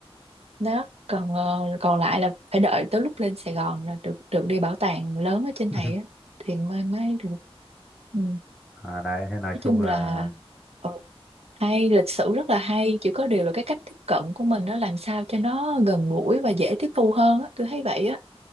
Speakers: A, on the right; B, in the centre.
A: đó còn ờ, còn lại là phải đợi tới lúc lên Sài Gòn là được được đi bảo tàng lớn ở trên
B: <laughs>
A: này á thì mới mới được ừ.
B: à, đấy thế nói
A: nói
B: chung
A: chung
B: là
A: là ừ, hay lịch sử rất là hay chỉ có điều là cái cách tiếp cận của mình nó làm sao cho nó gần gũi và dễ tiếp thu hơn á tôi thấy vậy á